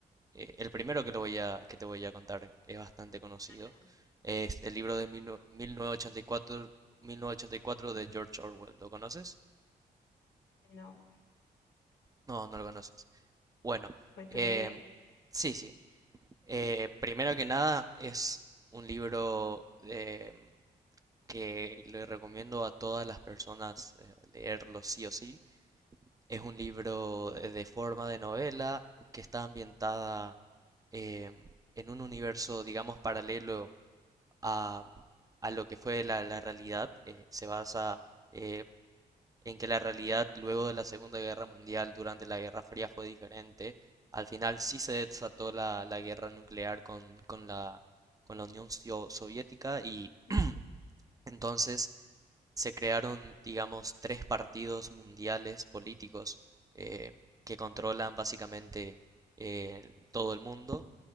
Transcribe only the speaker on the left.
No,
No,
cuéntame
de él.
Mm,